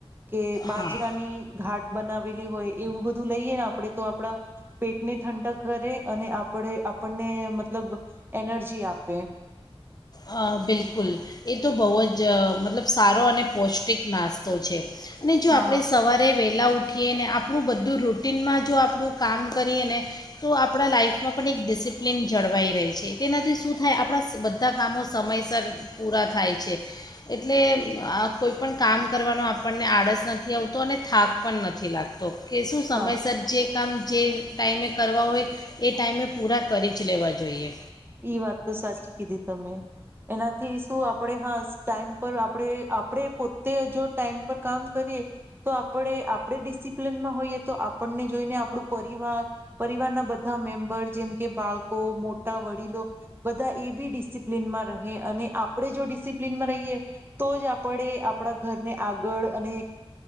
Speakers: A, on the right (about 20°); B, on the left (about 40°).
A: કે, બાજરાની
B: હા
A: ઘાટ બનાવેલી હોય એવું બધું લઈએ. આપણે તો આપણા પેટને ઠંડક કરે, અને આપણે આપણને મતલબ એનર્જી આપે
B: અ બિલકુલ એ તો બહુ જ મતલબ સારો અને પૌષ્ટિક નાસ્તો છે. અને ને જો
A: હા
B: આપણે સવારે વેલા ઉઠીએ ને આપણું બધું રૂટીનમાં જો આપણું કામ કરીએ, ને તો આપણા લાઈફમાં પણ એક ડિસિપ્લિન જળવાઈ રહી છે. તેનાથી શું થાય આપણા બધા કામો સમયસર પૂરા થાય છે. એટલે આ કોઈ પણ કામ કરવાનો આપણને આળસ નથી આવતો, અને થાક પણ નથી લાગતો કે શું સમય
A: હા
B: સરજી કામ જે ટાઈમે કરવા હોય, એ ટાઈમે પૂરા કરી જ લેવા જોઈએ.
A: ઈ વાત તો સાચી કીધી તમે એનાથી શું આપણે હા ટાઈમ પર આપણે આપણે પોતે જો ટાઈમ પર કામ કરીએ, તો આપણે આપણે ડિસિપ્લનમાં હોઈએ, તો આપણને જોઈને આપણું પરિવાર પરિવારના બધા મેમ્બર જેમ કે બાળકો મોટા વ બધા એ બી ડિસિપ્લનમાં રહે, અને આપણે જો ડિસિપ્લનમાં રહીએ, તો જ આપણે આપણા ઘરને આગળ અને